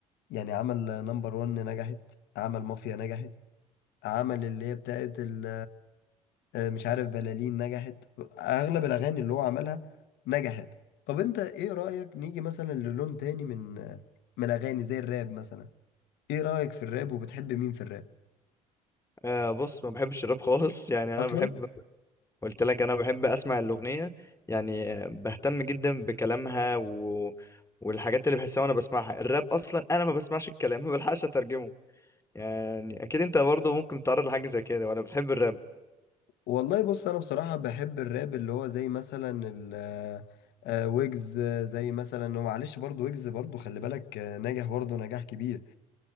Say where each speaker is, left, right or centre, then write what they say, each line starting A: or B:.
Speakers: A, on the left; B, on the left.
A: يعني عمل نمبر ون نجحت عمل مافيا نجحت عمل اللي هي بتاعت ال آه، مش عارف بلالين نجحت اغلب الاغاني اللي هو عملها نجحت طب انت ايه رأيك نيجي مثلا للون تاني من آه، من الاغاني زي الراب مثلا ايه رأيك في الراب وبتحب مين في الراب
B: آه بص ما بحبش الراب خالص <laughs> يعني انا
A: اصلا
B: بحب قلت لك انا بحب اسمع الاغنيه يعني آه، بهتم جدا بكلامها و... والحاجات اللي بحسها وانا بسمعها الراب اصلا انا ما بسمعش الكلام ما بلحقش اترجمه يعني اكيد انت برضه ممكن تتعرض لحاجه زي كده ولا بتحب الراب
A: والله بص انا بصراحة بحب الراب اللي هو زي مثلا ال آه، آه، ويجز آه، زي مثلا ومعلش برضو ويجز برضو خلي بالك آه، نجح برضو نجاح كبير